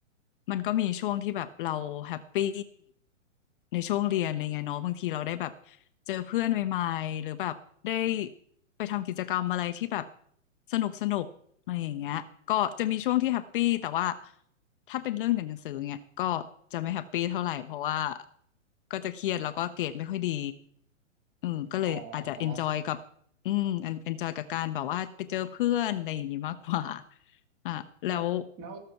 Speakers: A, on the left; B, on the right.
A: มันก็มีช่วงที่แบบเราแฮปปี้ในช่วงเรียนอะไรเงี้ยเนาะบางทีเราได้แบบเจอเพื่อนใหม่ๆหรือแบบได้ไปทำกิจกรรมอะไรที่แบบสนุกสนุกอะไรอย่างเงี้ยก็จะมีช่วงที่แฮปปี้แต่ว่าถ้าเป็นเรื่องเรียนหนังสือเงี้ยก็จะไม่แฮปปี้เท่าไหร่เพราะว่าก็จะเครียดแล้วก็เกรดไม่ค่อยดีอืมก็เลยอาจจะเอนจอยกับ
B: อ๋อ
A: อืมอันเอนจอยกับการแบบว่าไปเจอเพื่อนอะไรอย่างงี้มากกว่าอ่ะแล้ว
B: แล้วแล้ว